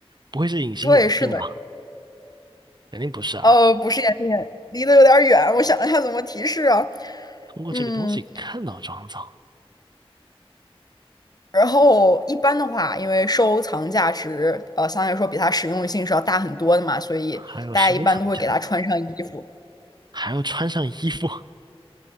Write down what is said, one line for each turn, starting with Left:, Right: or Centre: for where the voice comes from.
Right: 不会是隐形眼镜吧？
Left: 对，是的。
Right: 肯定不是啊！
Left: 呃，不是眼镜眼，离得有点儿远，我想一下怎么提示啊。
Right: 通过这个东西看到妆造，
Left: 嗯，然后一般的话，因为收藏价值，呃，相对来说比它实用性是要大很多的嘛，所以大家一般都会给它穿上衣服。
Right: 还有收藏价值，还要穿上衣服，